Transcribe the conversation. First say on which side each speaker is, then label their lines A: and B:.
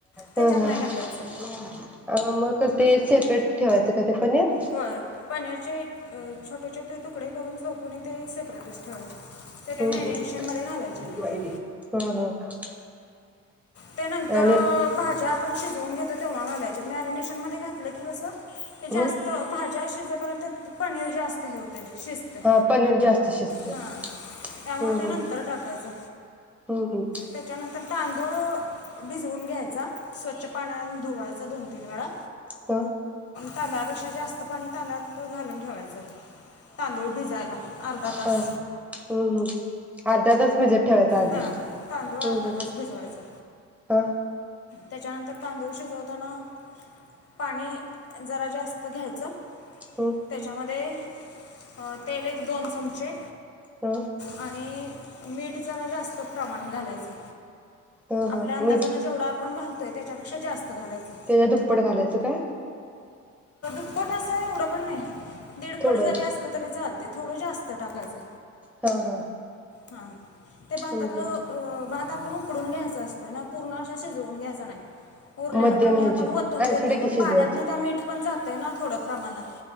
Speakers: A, on the left; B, in the centre.
A: त्याच्यात
B: हम ह
A: नाही घालायचं
B: मग ते सेपरेट ठेवायचं का ते पनीर
A: होय पनीरचे छोटे छोटे तुकडे करून चौकणी ते सेपरेटच ठेवायचे.
B: हम्
A: ते त्या मॅरिनेशनमध्ये
B: हम
A: घालायचे नाही
B: हा हा.
A: त्यानंतर
B: आणि
A: भाज्या पण शिजवून घेतो तेव्हा घालायचे मॅरिनेशनमध्ये घातलं की कसं ते जास्त
B: ह
A: भाज्या शिजेपर्यंत पनीर जास्त हे हो शिजतंय
B: हा पनीर जास्त शिजते
A: हा
B: हम्म
A: त्यामुळं ते नंतर
B: हम्
A: टाकायचं.
B: हम्म हम्म
A: तर तांदूळ भिजवून घ्यायचा स्वच्छ पाण्यान धुवायचा दोन तीन वेळा
B: हा
A: तांदळापेक्षा जास्त पाणी तांदळात घालून ठेवायचं तांदूळ भिजायला. अर्धा तास
B: ह हम्म हम्म अर्धा तास भिजत ठेवायचा आधी
A: हा तांदूळ अर्धा
B: हम्म हम्म
A: तास भिजवायचा
B: हा
A: त्याच्यानंतर तांदूळ शिजवताना पाणी जरा जास्त घ्यायचं.
B: हम्म
A: त्याच्यामध्ये अ तेल एक दोन चमचे.
B: हा
A: आणि मीठ जरा जास्त प्रमाण घालायचे.
B: हा
A: आपल्या
B: हा
A: अंदाजाने
B: मीठ
A: जेवढा आपण घालतो त्याच्यापेक्षा जास्त घालायचं
B: त्याच्या दुप्पट घालायचं काय?
A: पट अस एवढं पण नाही. दीडपड
B: थोडं
A: जरी असलं तरी चालतय. थोडं जास्त टाकायचं.
B: हा हा.
A: हां ते भातातलं
B: हम्म हम्म
A: अ भात आपण उकडून घ्यायचा असतोय ना, पूर्ण असा शिजवून घ्यायचा नाय. उरलेलं
B: मध्यम
A: पाणी
B: म्हणजे
A: आपण वतून
B: ऐंशी
A: देतोय
B: टक्के
A: मग
B: शिजवायचं
A: पाण्यातन त्या मीठ पण जात ते ना थोडं प्रमाणात